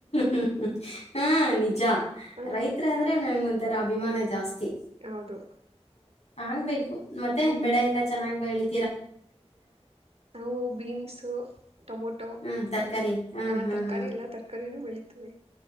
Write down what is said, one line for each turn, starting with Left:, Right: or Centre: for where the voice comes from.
Left: <inaudible> ಹಾ ನಿಜ
Right: ಆ,
Left: ರೈತ್ರ್ ಅಂದ್ರೆ ನಂಗಂತ್ ತರ ಅಭಿಮಾನ ಜಾಸ್ತಿ.
Right: ಹೌದು
Left: ಆಗಬೇಕು ಮತ್ತೆ
Right: ಹ್ಞೂ
Left: ಬೆಳೆ ಎಲ್ಲಾ ಚೆನ್ನಾಗ್ ಬೆಳಿ
Right: ನಾವು ಬೀನ್ಸು. ಟೊಮೊಟೊ
Left: ಹಾ ತರಕಾರಿ ಹಾ
Right: ಆ
Left: ಹಾ
Right: ತರಕಾರಿ
Left: ಹಾ
Right: ಎಲ್ಲಾ ತರಕಾರಿನೂ ಬೆಳಿತಿವಿ.